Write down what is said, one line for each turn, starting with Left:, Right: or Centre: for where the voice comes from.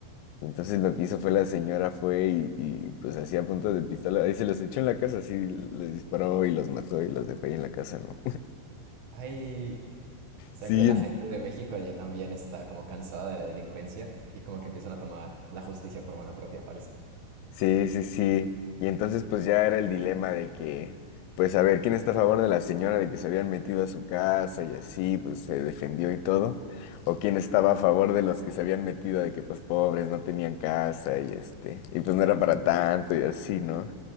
Left: Entonces lo que hizo fue la señora fue y, y, pues hacía puntos de pistola y se los echó en la casa, así les disparó y los mató y los dejó ahí en la casa, ¿no?
Right: Ay, o sea
Left: <laughs> Sí,
Right: que la gente de México ya también está como cansada de la delincuencia y como que empiezan a tomar la justicia por mano propia, parece.
Left: Sí, sí, sí. Y entonces pues ya era el dilema de que, pues a ver, ¿quién está a favor de la señora de que se habían metido a su casa y así, pues se defendió y todo? ¿O quién estaba a favor de los que se habían metido de que pues pobres no tenían casa y este, y pues no era para tanto y así, ¿no?